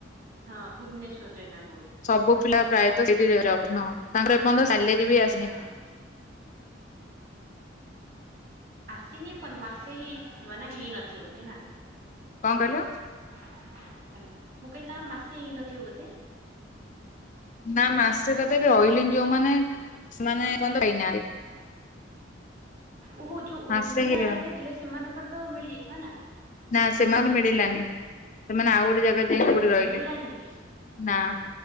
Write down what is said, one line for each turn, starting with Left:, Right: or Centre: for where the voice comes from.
Right: ହଁ ଭୁବନେଶ୍ୱର ରେ ନବ
Left: ସବୁ ପିଲା ପ୍ରାୟତଃ ସେଇଠି ଯବ ନ ତାଙ୍କର ଏପର୍ଯ୍ୟନ୍ତ ସାଲେରୀ ବି ଆସିନି
Right: ହଁ ଆସିନି ଏପର୍ଯ୍ୟନ୍ତ ମାସେ ହେଇଥିବ ନା ହେଇନଥିବ ବୋଧେ ନା
Left: କଣ କହିଲ?
Right: ହାଲ ମୁଁ କହିଲି ତାଙ୍କର ମାସେ ହେଇନଥିବ ବୋଧେ
Left: ନା ମାସେ ତଥାପି ଅଏଲିଙ୍ଗ ଯୋଉମାନେ ସେମାନେ ଏ ପର୍ଯ୍ୟନ୍ତ ପାଇନାହାନ୍ତି <inaudible>
Right: ଓହୋ ଯୋଉ
Left: ମାସେ
Right: ଉର୍ମିଳା
Left: ହେଇଗଲାଣି
Right: ହରିକା ଥିଲେ ସେମାନଙ୍କର ତ ମିଳିଯାଇଥିବ ନା
Left: ନା ସେମାନେ ମିଳିଲାନି ସେମାନେ ଆଉ ଗୋଟେ ଜାଗା ଯାଇକି କୋଉଠି ରହିଲେ
Right: ମିଳିଲାନି
Left: ନା